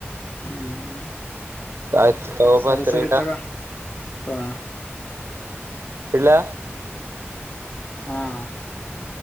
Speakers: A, on the left; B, on the right.
A: ಹೂ
B: ಆಯ್ತು ತಗೋಬಾ
A: ಸರಿ ಸರಿ
B: ಇಡ
A: ತೋಗ ಹ <unintelligible>
B: ಇಡಲ್ಲ <unintelligible>
A: ಹಾ <unintelligible>